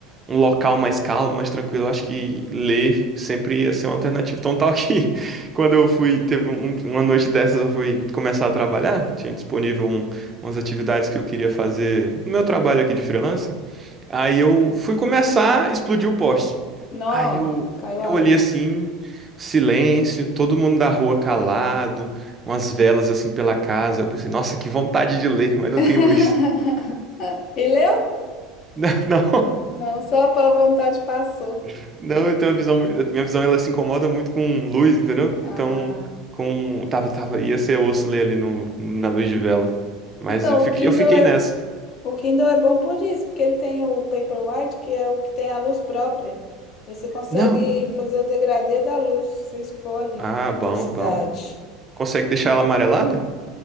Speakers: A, on the right; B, on the left.
A: um local mais calmo, mais tranquilo, eu acho que ler sempre ia ser uma alternativa. Então, tal que <laughs> quando eu fui, teve um- uma noite dessas, eu fui começar a trabalhar, tinha disponível um- umas atividades que eu queria fazer no meu trabalho aqui de freelance. Aí eu fui começar, explodiu o poste.
B: Nó,
A: Aí eu,
B: caiu
A: eu
B: a
A: olhei
B: luz.
A: assim, silêncio, todo mundo da rua calado, umas velas assim pela casa. Eu pensei, nossa, que vontade de ler, mas não
B: <laughs>
A: tem luz.
B: E leu?
A: Não, não,
B: Não, só a vontade passou.
A: <laughs> não, eu tenho uma visão, mui- minha visão ela se incomoda muito com luz, entendeu?
B: Ah,
A: Então, com tava tava ia ser osso ler ali no, na luz de vela. Mas
B: então
A: eu fiquei,
B: o Kindle
A: eu fiquei
B: é
A: nessa.
B: o Kindle é bom por isso, porque ele tem o Paperwhite, que é o que tem a luz própria. Aí você consegue
A: Não.
B: fazer o degradê da luz, você escolhe
A: Ah,
B: a intensidade.
A: bom, bom. Consegue deixar ela amarelada?